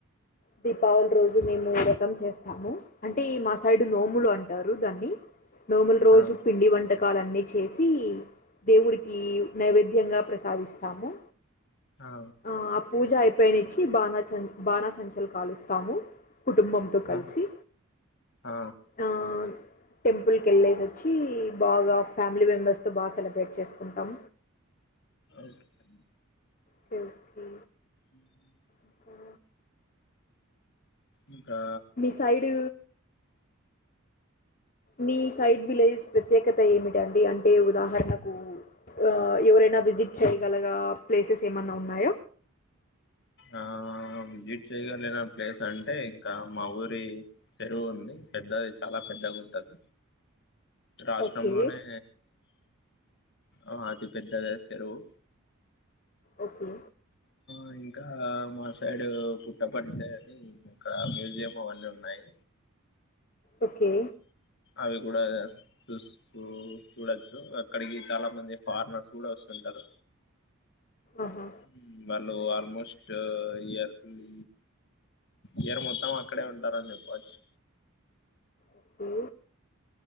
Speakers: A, on the left; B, on the left.
A: దీపావళి రోజు మేము ఉండ మొత్తం చేస్తాము అం అంటే మా సైడ్ నోములు అంటారు దాన్ని నోముల్ రోజు
B: ఆ
A: పిండి వంట కాలన్నీ చేసి దేవుడికి నైవేద్యంగా ప్రసాదిస్తాము
B: ఆ
A: ఆ పూజయిపో ఉపయనిచ్చి బాణ సంచ్ బాణ సంచల్ కాలుస్తాము కుటుంబంతో కలిసి
B: ఆ ఆ
A: ఆ టెంపుల్కి వెళ్ళేసి వచ్చి బాగా ఫ్యామిలీ మెంబర్స్ తో బాగా సెలబ్రేట్ చేసుకుంటాం.
B: ఓకే అండి
A: ఓకే ఓకే
B: హ్మ్మ్
A: ఇంకా
B: ఇంకా
A: మీ సైడ్ మీ సైడ్ విలేజ్ ప్రత్యేకత ఏమిటండి అంటే ఉదాహరణకు ఆ ఎవరైనా విజిట్ చేయగలగ ప్లేసెస్ ఏమన్నా ఉన్నాయ.
B: ఆ విజిట్ చేయగలిన ప్లేస్ అంటే ఇంకా మా ఊరి చెరువు ఉంది పెద్దది చాలా పెద్దగా ఉంటది. రాష్ట్రంలోనే
A: ఓకే
B: ఆ అది పెద్దదే చెరువు
A: ఓకే
B: అయి ఇంకా మా సైడ్ పుట్టపర్తి అని ఇక్కడ మ్యూజియం అవన్నీ ఉన్నాయి.
A: ఓకే
B: అవి కూడా చూసు చూడొచ్చు అక్కడికి చాలా మంది ఫారినర్స్ కూడా వస్తుంటారు.
A: ఆహా
B: హ్మ్మ్ బ లో ఆల్మోస్ట్ ఇయర్లీ ఇయర్ మొత్తం అక్కడే ఉంటారని చెప్పచ్చు.
A: ఓకే